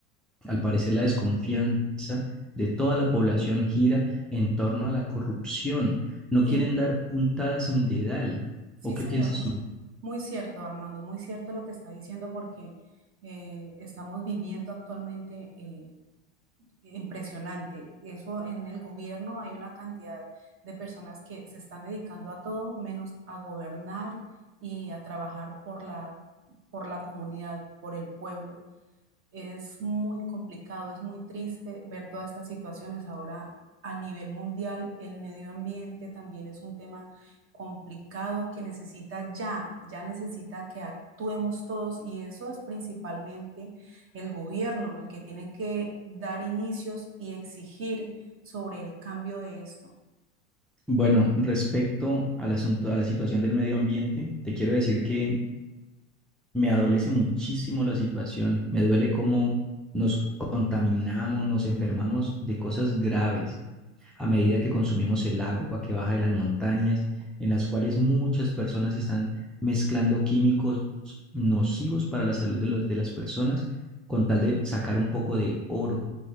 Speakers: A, in the centre; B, on the right.
A: al parecer la desconfianza de toda la población gira en torno a la corrupción. No
B: Sí.
A: quieren dar puntadas sin dedal.
B: Sí,
A: ¿O qué
B: señor,
A: piensas
B: muy,
A: tú?
B: muy cierto, Armando, muy cierto lo que está diciendo porque eh, estamos viviendo actualmente eh, impresionante. Eso en el gobierno hay una cantidad de personas que se están dedicando a todo menos a gobernar y a trabajar por la, por la comunidad, por el pueblo. Es muy complicado, es muy triste ver todas estas situaciones. Ahora a nivel mundial, el medio ambiente también es un tema complicado que necesita ya, ya necesita que actuemos todos y eso es principalmente el gobierno, el que tiene que dar inicios y exigir sobre el cambio de esto.
A: Bueno, respecto al asunto, a la situación del medio ambiente, te quiero decir que Me adolece muchísimo la situación. Me duele cómo nos contaminamos, nos enfermamos de cosas graves a medida que consumimos el agua que baja de las montañas, en las cuales muchas personas están mezclando químicos nocivos para la salud de los, de las personas con tal de sacar un poco de oro